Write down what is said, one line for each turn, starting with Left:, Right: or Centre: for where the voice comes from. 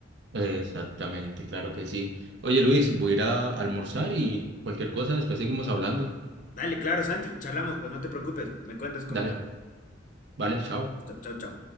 Right: Exactamente, claro que sí. Oye, Luis, voy a ir a almorzar y cualquier cosa, después seguimos hablando.
Left: Dale, claro, Santi, charlamos, pues no te preocupes, me cuentas cómo
Right: Dale,
Left: te va.
Right: vale, chao.
Left: Listo, chao, chao.